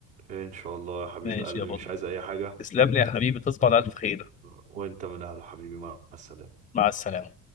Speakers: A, on the right; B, on the left.
A: إن شاء الله يا حبيب
B: ماشي
A: قلبي
B: يا بطل
A: مش عايز أي حاجة
B: تسلم لي يا حبيبي تصبح على الف خير
A: وانت من اهل حبيبي مع السلامة
B: مع السلامة